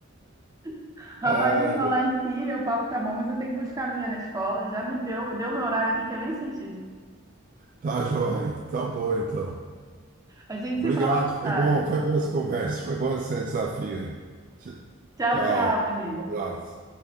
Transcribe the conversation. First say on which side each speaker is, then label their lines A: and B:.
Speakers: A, on the right; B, on the right.
A: <laughs> Rapaz,
B: É,
A: em falar em filho, o papo tá bom, mas eu tenho que buscar a minha na escola, já me deu, deu meu horário aqui que eu nem senti.
B: tá joia. Tá bom, então.
A: A gente
B: Obrigado,
A: se fala mais
B: foi
A: tarde.
B: bom, foi boa essa conversa, foi bom esse desafio aí. Tch-
A: Tchau,
B: Tchau.
A: tchau, Vinícius.
B: Um abraço.